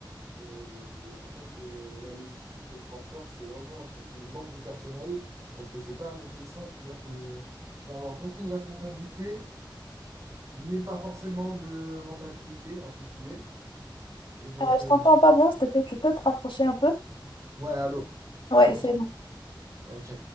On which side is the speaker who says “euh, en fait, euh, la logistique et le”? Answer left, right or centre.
Right